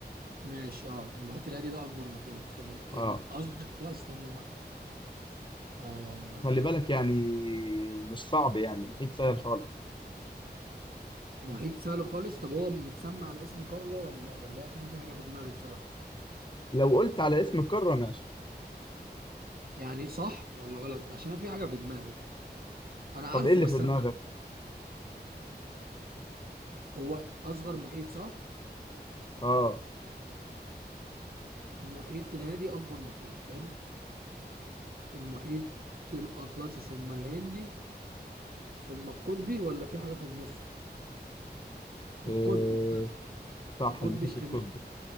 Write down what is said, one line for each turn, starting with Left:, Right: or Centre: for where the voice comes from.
Right: ماشي اه المحيط الهادي ده اكبر محيط ال- الاصغر
Left: اه
Right: بقى استنى بقى. آه
Left: وخلي بالك يعني مش صعب يعني محيط سهل خالص
Right: محيط سهل خالص طب هو متسمى على اسم كارلا ولا ولا إيه؟ عشان انا في حاجة في دماغي بصراحة
Left: لو قلت على اسم القارة ماشي
Right: يعني صح ولا غلط عشان انا في حاجة في دماغي انا عارفه
Left: طب ايه اللي
Right: بس
Left: في دماغك؟
Right: انا هو اصغر محيط صح
Left: اه
Right: المحيط الهادي اكبر محيط حلو المحيط الأطلسي ثم الهندي ثم القطبي ولا في حاجة في النص
Left: إيه
Right: القطبي
Left: صح
Right: القطبي
Left: المحيط
Right: الشمالي
Left: القطبي